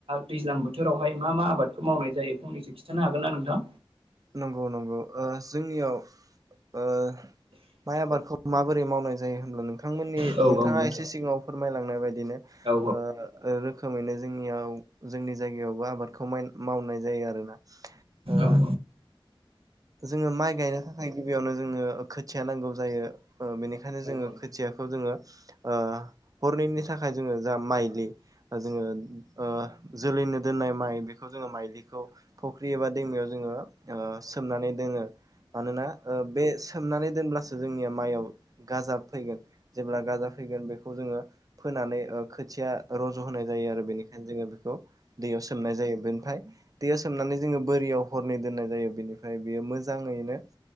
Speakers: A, on the right (about 85°); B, on the right (about 40°).
A: दैज्लां बोथोरावहाय मा मा आबादखौ मावनाय जायो फंनैसो खिन्थानो हागोन ना नोंथां?
B: नंगौ नंगौ ओ जोंनियाव ओ माइ आबादखौ माबोरै मावनाय जायो नोंथांमोननि
A: औ
B: नोंथाङा
A: औ नोंथां
B: एसे सिगाङाव फोरमायलांनाय बायदिनो
A: औ
B: ओ रोखोमैनो जोंनियाव जोंनि जायगायावबो आबादखौ माय-मावनाय जायो आरोना। ओ
A: औ
B: जोङो माइ गायनो थाखाय गिबियावनो जोङो खोथिया नांगौ जायो। ओ बेनिखायनो जोङो
A: औ
B: खोथियाखौ जोङो ओ हरनैनि थाखाय जोङो जा माइलि जोङो ओ जोलैनो दोननाय माइ बेखौ जोङो माइलिखौ फुख्रि एबा दैमायाव जोङो ओ सोमनानै दोनो मानोना ओ बे सोमनानै दोनब्लासो जोंनिया माइयाव गाजा फैगोन जेब्ला गाजा फैगोन बेखौ जोङो फोनानै ओ खोथिया रज' होनाय जायो आरो। बेनिखायनो जोङो बेखौ दैयाव सोमनाय जायो बेनिफ्राय दैयाव सोमनानै जोङो बोरियाव हरनै दोननाय जायो, बेनिफ्राय बेयो मोजाङैनो